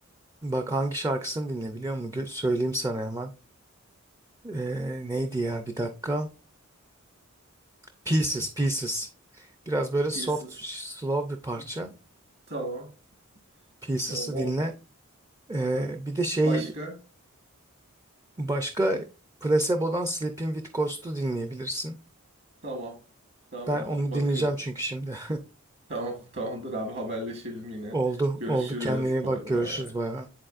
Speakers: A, on the right; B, on the right.
A: Bak hangi şarkısını dinle biliyor musun? Gö- Söyleyeyim sana hemen. Ee, neydi ya bir dakika. Pieces, Pieces. Biraz böyle soft,
B: Pieces.
A: slow bir parça.
B: Hı. Tamam.
A: Pieces'ı
B: Tamam. O.
A: dinle. Ee,
B: Aha.
A: bir de şey
B: Başka?
A: başka Placebo'dan Sleeping With Ghosts'u dinleyebilirsin.
B: Tamam. Tamam
A: Ben
B: abi.
A: onu
B: Bakıyorum.
A: dinleyeceğim çünkü şimdi.
B: Tamam, tamamdır abi haberleşelim
A: <laughs>
B: yine.
A: Oldu,
B: Görüşürüz.
A: oldu. Kendine iyi
B: Bay
A: bak görüşürüz
B: bay.
A: bay bay.